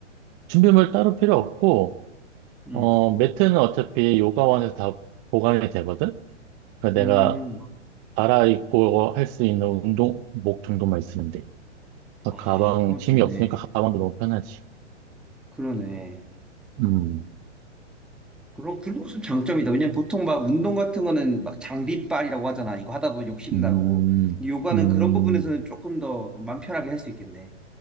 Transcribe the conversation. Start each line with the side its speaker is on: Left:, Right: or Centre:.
Right: 준비물 따로 필요 없고
Centre: 음.
Right: 어 매트는 어차피 요가원에서 다 보관이 되거든. 그러니까
Centre: 음,
Right: 내가 갈아입고 할 수 있는 운동복 정도만 있으면 돼.
Centre: 아,
Right: 가방
Centre: 그거
Right: 짐이
Centre: 좋네.
Right: 없으니까 가방도 너무 편하지.
Centre: 그러네.
Right: 음,
Centre: 그럼 그런 것은 장점이다. 왜냐면 보통 막 운동 같은 거는 막 장비빨이라고 하잖아. 이거 하다 보면 욕심나고.
Right: 음,
Centre: 근데 요가는
Right: 음.
Centre: 그런 부분에서는 조금 더 마음 편하게 할 수 있겠네.